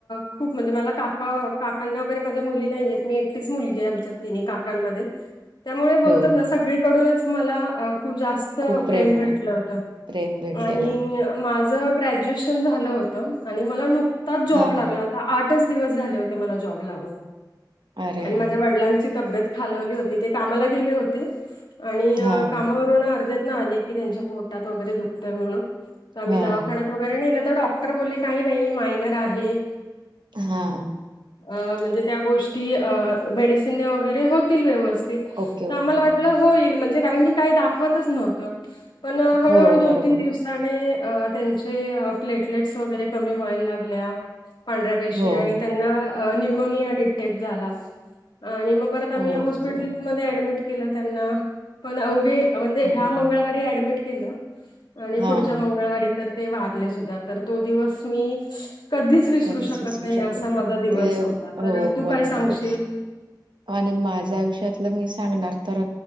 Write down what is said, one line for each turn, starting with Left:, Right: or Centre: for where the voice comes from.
Left: खूप म्हणजे मला काका काकांना वगैरे माझ्या मुली नाहीयेत मी एकटीच मुली. आमच्या तिन्ही काकांमध्ये त्यामुळे बोलतात
Right: हो
Left: ना सगळीकडूनच मला खूप जास्त
Right: खूप
Left: प्रेम
Right: आहे.
Left: भेटलं होतं.
Right: प्रेम भेटलेलं.
Left: आणि माझं ग्रॅज्युएशन झालं होतं आणि मला नुकताच जॉब
Right: हा
Left: लागला होता. आठच दिवस झाले होते मला जॉब ला
Right: अरे
Left: माझ्या वडलांची तब. खालवली होती ते कामाला गेले होते आणि.
Right: हा
Left: अर् आ क त्यांच्या पोटातगरे दुतय म्हण आम
Right: हा
Left: दवाख. बर नाही तर डॉक्टर बले काही नाही मायनर आहेत.
Right: हा.
Left: अ म्हणजे त्या गोष्टी अ मेडिसिन वगैरे. होतील व्यवस्थित
Right: ओके
Left: आम्हाला
Right: ओके
Left: वाट होईल म्हणजे कारण की काही दाखवतच नव्हत. पण हळूहळू
Right: हो
Left: दोन
Right: बरोबर
Left: तीन दिवसाने त्यांचे प्लेट. वैरे कमी व्हाय लागल्या पांढऱ्या पेशी
Right: हो
Left: आणि त्यां. न्यमोनिया डिटेक्ट झाला आणि मग परत आम्
Right: ओके
Left: हॉस्पिटल मध्ये ऍडमिट त्यांना पण अवघे म्हणजे
Right: हो
Left: ह्या मंगळवारी अऍडमिट केलं आणि
Right: हा
Left: पुढच्या मंगळवारी तर ते वारले सुद्धा तर तो दिवस मी कधीच विसरू
Right: कधीच
Left: शकत
Right: विसरू
Left: नाही असा
Right: नाही
Left: माझा दिवस
Right: ते
Left: होता तर
Right: हो
Left: तू
Right: बरोबर
Left: काय सांगशील
Right: आहे आणि माझ्या आयुष्यातलं मी सांगणार तर